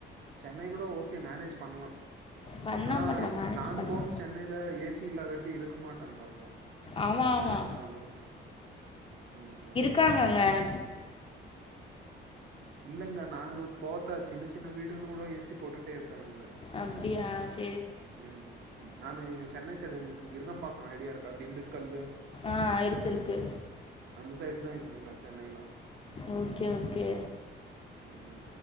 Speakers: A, on the right; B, on the left.
A: சென்னை கூட ஓகே மேனேஜ் பண்ணலா
B: பண்லா
A: ஆனா
B: பண்லா மேனேஜ்
A: நான்
B: பண்லா
A: போன சென்னையில ஏசி இல்லா காட்டி இருக்க மாட்டேன்றாங்க
B: ஆமா ஆமா
A: யாரனாலூ ம் ம்
B: இருக்காங்கெல்ல
A: இல்லங்க நானு போர்த்தா சின்ன சின்ன வீடுங்குள் கூட ஏசி போட்டுட்டே இருக்காங்க ‌அங்க
B: அப்டியாஸ்
A: உ நானு சென்னை சைடு உங்களுக்கு விரூங்கபாக்கோ ஐடியா இருக்கா திண்டுக்கல்லு
B: ஆ இருக்கு இருக்கு
A: அந்த சைடு தா இருந்தே நா சென்னைலா
B: ஓக்கே ஓக்கே
A: ஆமா